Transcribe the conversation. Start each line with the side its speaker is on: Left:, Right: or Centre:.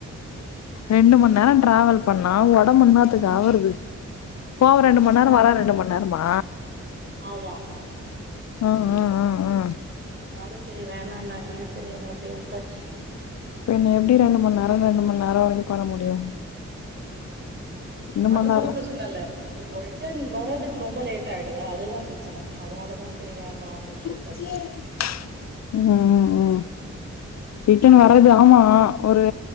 Left: ரெண்டு மண் நேரம் டிராவல் பண்ணா உடம்பு என்னாத்துக்கு ஆவுரது போவ ரெண்டு மண்நேரம்
Right: அதனால
Left: வர ரெண்டு மண்நேரமா
Right: ஆமா
Left: ஆ ஆ ஆ ஆ
Right: இருந்தாலும் செரி வேணாம்னாங்க சேரி அத அப்டியே உட்டாச்சு
Left: பின்ன எப்டி ரெண்டு மண்நேரோ ரெண்டு மண்நேரோ வந்து பண்ண முடியும் ரெண்டு
Right: அது
Left: மண் நேரம்
Right: கூட பிரச்சனை இல்ல இப்போ ரிட்டன் வர்றதுக்கு ரொம்ப லேட் ஆயிடுதா அதுதான் பிரச்சனை அதனாலதான் செரி வேண்டாம் அப்டின்னு சொல்லி
Left: ம் ம் ம் ரிட்டன் வர்றது ஆமா ஒரு